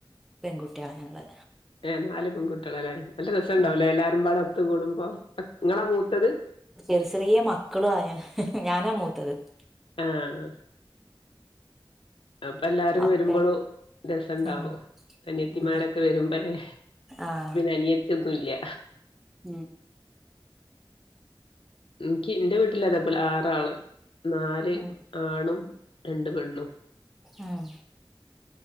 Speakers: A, in the centre; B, on the left.
A: പെൺകുട്ട്യോളാ നങ്ങള്
B: ഏ് നാല് പെക്കുട്ടിള്ള ല്ലേ നല്ല രസണ്ടാവുല്ലേ
A: ഉം
B: എല്ലാരും പാട ഒത്തു കൂടുമ്പോ ഇങ്ങളാ മൂത്തത്
A: ചെറി ചെറിയ മക്കളും ആയാ ഹെ ഹെ ഞാനാ മൂത്തത് <inaudible>
B: ആഹ് അപ്പല്ലാരും
A: ഒക്കെ
B: വരുമ്പളും രസണ്ടാവും
A: ഉം
B: അനയത്തിമാരൊക്കെ
A: ഉം
B: വരുമ്പല്ലെ
A: ആഹ്
B: അനിയത്തിന്നുല്ല
A: മ്മ്
B: നിക്ക് എന്റെ വീട്ടില് അതേപോലെ ആറാള് നാല്
A: ഉം
B: ആണും രണ്ട് പെണ്ണും
A: ആഹ്